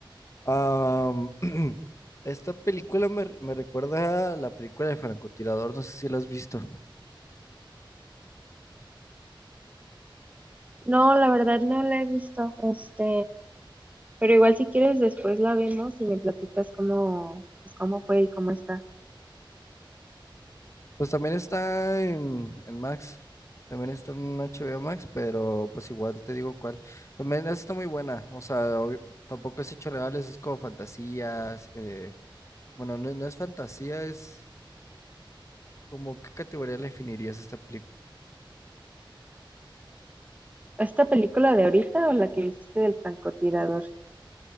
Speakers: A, on the left; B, on the right.
A: Am, <clears throat> esta película me, me recuerda a la película de Francotirador, no sé si la has visto.
B: No, la verdad no la he visto, este, Pero igual si quieres después la vemos y me platicas cómo, pues cómo fue y cómo está.
A: Pues también está en, en Max, también está en HBO Max, pero pues igual te digo cuál. También esa está muy buena, o sea, obvi- tampoco es hechos reales, es como fantasías. eh, bueno, no, no es fantasía, es como, ¿qué categoría le definirías esta película?
B: ¿Esta película de ahorita o la que hiciste del francotirador?